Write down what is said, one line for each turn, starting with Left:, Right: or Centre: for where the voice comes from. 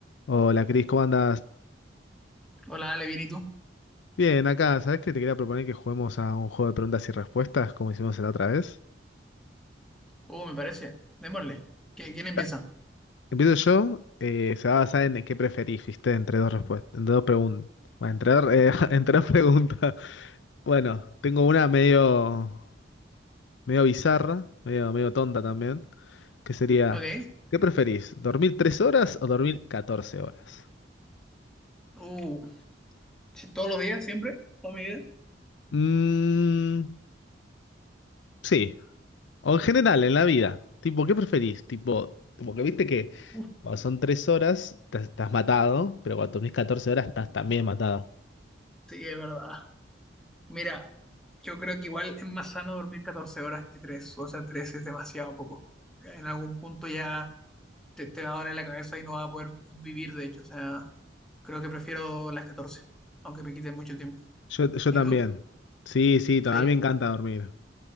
Left: Hola Cris, ¿cómo andás?
Centre: Hola, Ale, bien, ¿y tú?
Left: Bien, acá, ¿sabés que te quería proponer que juguemos a un juego de preguntas y respuestas como hicimos la otra vez?
Centre: Uh, me parece. Démosle. ¿Qui- ¿Quién empieza?
Left: Ta- Empiezo yo, eh, se va a basar en qué preferís, ¿viste? Entre dos respuestas, entre dos preguntas. Entre, dos eh, <laughs> entre dos preguntas. Bueno, tengo una medio, medio bizarra, medio, medio tonta también, que sería,
Centre: Ok.
Left: ¿qué preferís? ¿Dormir 3 horas o dormir catorce horas?
Centre: Uh, sí, todos los días, siempre, toda mi vida.
Left: Mmm, sí. O en general, en la vida. Tipo, ¿qué preferís? Tipo, porque viste que
Centre: Uf,
Left: cuando son tres horas te- estás matado, pero cuando dormís 14 horas estás también matado.
Centre: sí, es verdad. Mira, yo creo que igual es más sano dormir 14 horas que 3. O sea, 3 es demasiado poco. En algún punto ya te, te va a doler la cabeza y no vas a poder vivir, de hecho. O sea, creo que prefiero las 14, aunque me quite mucho tiempo.
Left: Yo, yo
Centre: ¿Y
Left: también.
Centre: tú?
Left: Sí, sí, también
Centre: Sí.
Left: me encanta dormir.